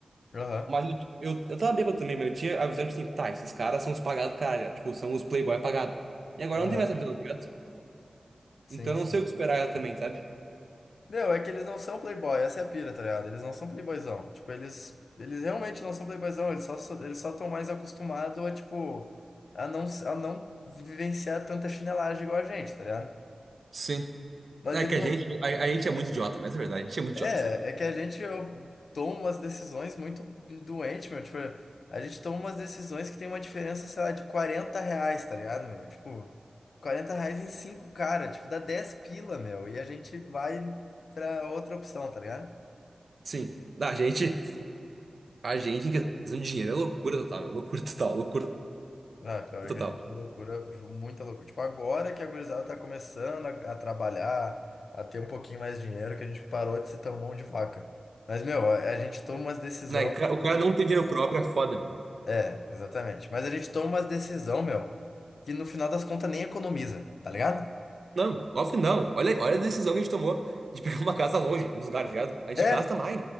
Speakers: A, on the left; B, on the right.
A: Aham,
B: Mas eu, eu, eu tava bêbado também, mas eu tinha a visão, tipo assim, tá, esses caras são os pagados, cara, tá ligado? tipo, são os playboy pagados. E agora
A: aham.
B: não tem mais essa visão, tá ligado?
A: Sim,
B: Então eu
A: sim.
B: não sei o que esperar ela também, sabe?
A: Não, é que eles não são playboy, essa é a pira, tá ligado? Eles não são playboyzão. Tipo, eles, eles realmente não são playboyzão, eles só, so- eles só estão mais acostumados a, tipo, a não, s- a não vivenciar tanta chinelagem igual a gente, tá ligado?
B: Sim.
A: Mas
B: É
A: eles
B: que a
A: não.
B: gente, a, a gente é muito idiota, mas é verdade, a gente é muito
A: É,
B: idiota.
A: é que a gente eu, toma umas decisões muito doente, meu. Tipo, a gente toma umas decisões que tem uma diferença, sei lá, de 40 reais, tá ligado, meu? Tipo, 40 reais em cinco cara, tipo, dá 10 pila, meu. E a gente vai pra outra opção, tá ligado?
B: Sim, a gente, a gente em questão de dinheiro é loucura total, mano. Loucura total, loucura
A: Ah, pior
B: total.
A: que a gente é loucura, ju- muita loucura. Tipo, agora que a gurizada tá começando a, a trabalhar, a ter um pouquinho mais de dinheiro, que a gente parou de ser tão mão de vaca. Mas, meu, a, a gente toma umas decisões.
B: Né, o cara o cara não ter dinheiro próprio é foda, meu.
A: É, exatamente. Mas a gente toma umas decisão, meu, que no final das contas nem economiza, tá ligado?
B: Não, óbvio não. Olha, olha a decisão que a gente tomou de pegar uma casa longe, nos lugares, tá ligado? A gente
A: É,
B: gasta mais.